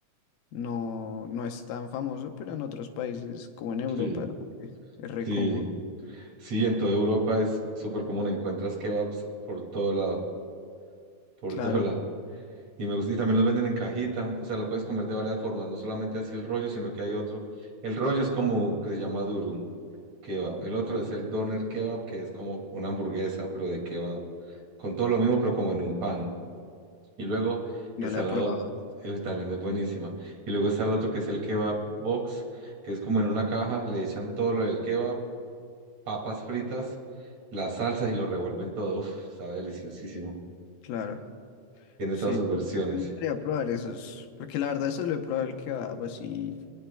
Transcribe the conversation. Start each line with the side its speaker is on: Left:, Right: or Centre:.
Left: No, no es tan famoso, pero en otros países, como en Europa,
Right: sí,
Left: eh, es re
Right: sí.
Left: común.
Right: Sí, en toda Europa es súper común. Encuentras kebabs por todo lado, por
Left: Claro,
Right: todo lado. Y me gusta, y también los venden en cajita, o sea, lo puedes comer de varias formas, no solamente así el rollo, sino que hay otro. El rollo es como que se llama durum kebab. El otro
Left: sí,
Right: es el doner kebab, que es como una hamburguesa, pero de kebab, con todo lo mismo, pero como en un pan. Y luego
Left: no
Right: el salado
Left: la he probado.
Right: eh, también es buenísima. Y luego está el otro que es el kebab box, que es como en una caja, le echan todo lo del kebab, papas fritas, las salsas y lo revuelven todo. Uf, sabe deliciosísimo.
Left: Claro,
Right: Tiene
Left: sí,
Right: todas sus versiones.
Left: me gustaría probar esos, porque la verdad solo he probado el kebab así